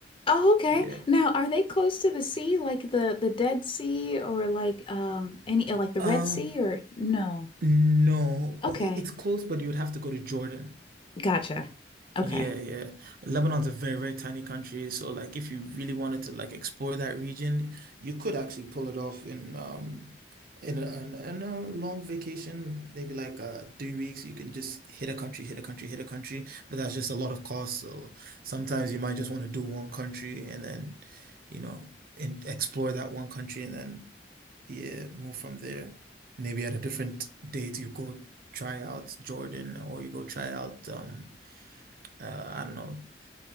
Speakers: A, on the left; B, on the right.
A: Oh, okay.
B: Yeah.
A: Now, are they close to the sea, like the the Dead Sea, or like um any uh, like the
B: Um,
A: Red Sea, or no?
B: no,
A: Okay,
B: but it- it's close, but you would have to go to Jordan.
A: gotcha. Okay.
B: Yeah, yeah. Lebanon's a very, very tiny country, so like if you really wanted to like explore that region, you could actually pull it off in um in a, in a in a long vacation, maybe like uh three weeks. You can just hit a country, hit a country, hit a country, but that's just a lot of cost. So sometimes you might just want to do one country and then, you know, and explore that one country and then yeah, move from there. Maybe at a different date you go try out Jordan or you go try out um uh, I don't know,